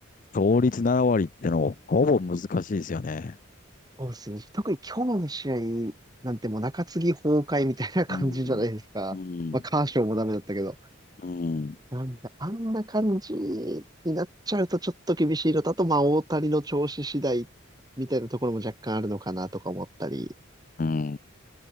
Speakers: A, on the left; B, on the right.
A: 勝率7割ってのはほぼ難しいですよね。
B: そうですね。特に今日の試合なんてもう中継ぎ崩壊みたいな感じじゃないですか。
A: うん、うん、
B: まあ、カーショーもダメだったけど。
A: うん、
B: なんで、あんな感じになっちゃうとちょっと厳しいのと、あと、まあ、大谷の調子次第みたいなところも若干あるのかなとか思ったり、
A: うん。